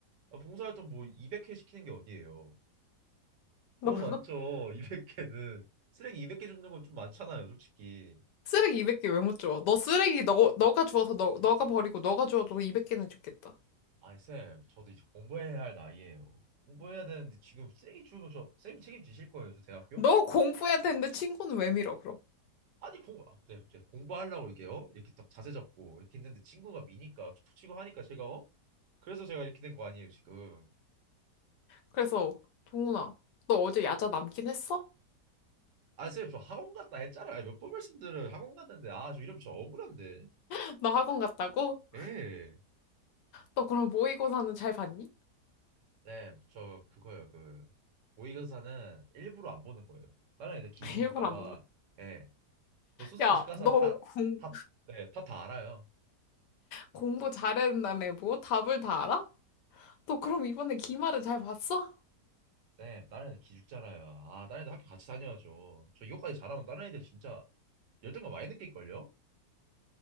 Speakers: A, on the right; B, on the left.
A: 아, 봉사활동 뭐 200회 시키는 게 어디예요?
B: 너
A: 너무
B: <laughs>
A: 많죠. 200개는 쓰레기 200개 줍는 건 좀 많잖아요, 솔직히.
B: 쓰레기 200개 왜 못 줘? 너 쓰레기 너 너가 주워서 너 너가 버리고 너가 주워도 200개는 줬겠다.
A: 아니 쌤, 저도 이제 공부해야 할 나이예요. 공부해야 되는데 지금 쓰레기 주면 저 쌤이 책임지실 거예요, 저 대학교?
B: 너 공부해야 되는데 친구는 왜 밀어 그럼?
A: 아니 공부 아, 네, 네, 공부하려고 이렇게 요 이렇게 딱 자세 잡고 이렇게 있는데 친구가 미니까 툭툭 치고 하니까 제가 어? 그래서 제가 이렇게 된 거 아니에요, 지금.
B: 그래서 동훈아 너 어제 야자 남긴 했어?
A: 아, 선생님, 저 학원 갔다 했잖아요. 몇 번 말씀드려요. 학원 갔는데, 아, 저 이름 저 억울한데.
B: <laughs> 너 학원 갔다고?
A: 예.
B: 너 그럼 모의고사는 잘 봤니?
A: 네, 저 그거예요. 그 모의고사는 일부러 안 보는 거예요. 다른 애들 기죽을까
B: <laughs> 일부러
A: 봐.
B: 안 본다.
A: 예. 저 스스로
B: 야,
A: 집 가서
B: 너
A: 다,
B: 공,
A: 다, 네, 다, 다 알아요.
B: 공부 잘했다며 뭐 답을 다 알아? 너 그럼 이번에 기말은 잘 봤어?
A: 네, 다른 애들 기죽잖아요. 아, 다른 애들 학교 같이 다녀야죠. 저 이것까지 잘하면 다른 애들 진짜 열등감 많이 느낄걸요?